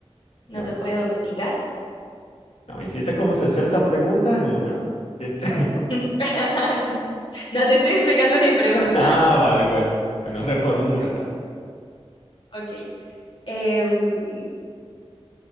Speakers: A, on the left (about 55°); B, on the left (about 80°).
A: no
B: no,
A: se puede domesticar.
B: no, hiciste como 60 preguntas en una. <laughs>
A: <laughs> No te estoy explicando mi pregunta.
B: Ah, vale, bueno, bueno, reformúlala.
A: Ok. Em,